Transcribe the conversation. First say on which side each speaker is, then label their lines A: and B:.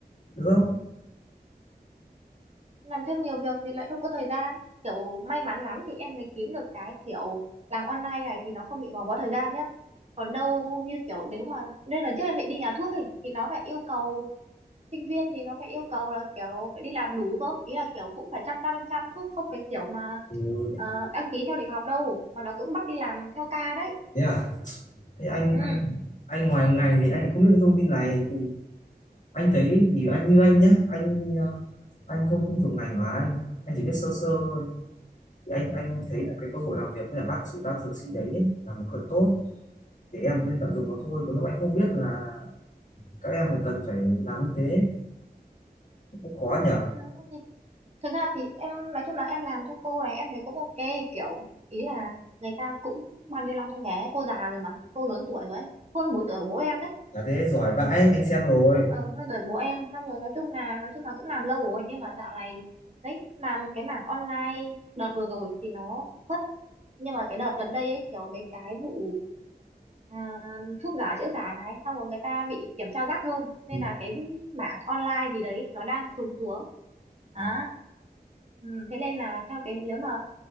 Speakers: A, on the left; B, on the right.
A: được không
B: làm thêm nhiều việc thì lại không có thời gian kiểu may mắn lắm thì em mới kiếm được cái kiểu làm online này thì nó không bị gò bó thời gian nhá còn đâu như kiểu nếu mà nên là trước em định đi nhà thuốc ấy thì nó phải yêu cầu sinh viên thì nó phải yêu cầu là kiểu phải đi làm đủ cơ ý là kiểu cũng phải chăm chăm chăm chăm cứ không cái kiểu mà
A: ừ,
B: ờ, đăng ký theo lịch học đâu mà nó cũng bắt đi làm theo ca đấy
A: thế à thế anh
B: ừ
A: anh anh ngoài ngành thì anh không biết cái thông tin này thì anh thấy thì anh như anh nhá anh ờ, anh không không thuộc ngành của anh anh chỉ biết sơ sơ thôi thì anh anh thấy
B: Ừ.
A: là cái cơ hội làm việc với là bác sĩ bác dược sĩ đấy ấy, là một cơ hội tốt để em
B: ừ.
A: lên tận dụng nó thôi còn lúc anh không biết là các em là cần phải làm như thế cũng khó nhở
B: ừ. ok. thực ra thì em nói chung là em làm cho cô này em thấy cũng ok kiểu ý là người ta cũng bao nhiêu năm trong nghề ấy, cô già rồi mà cô lớn tuổi rồi ấy hơn bốn tuổi của bố em đấy
A: là thế giỏi vãi anh xem rồi
B: ờ hơn tuổi bố em xong rồi nói chung là nói chung là cũng làm lâu rồi nhưng mà dạo này đấy làm cái mảng online đợt vừa rồi thì nó phất nhưng mà cái đợt gần đây ấy, kiểu mấy cái vụ à, thuốc giả chữa giả này xong rồi người ta bị kiểm tra gắt hơn nên
A: Ừ.
B: là cái mảng online gì đấy nó đang trùng xuống
A: à,
B: Đó. Ừ, thế nên là theo cái nếu mà